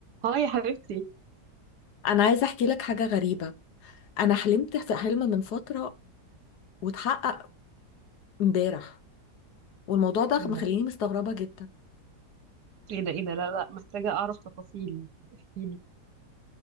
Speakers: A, on the right (about 70°); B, on the left (about 75°).
A: اه يا حبيبتي
B: انا عايزه احكي لك حاجه غريبه انا حلمت في حلم من فتره واتحقق امبارح والموضوع ده
A: ايه
B: مخليني
A: ده
B: مستغربه جدا
A: ايه ده ايه ده لا لا محتاجة اعرف تفاصيل احكيلي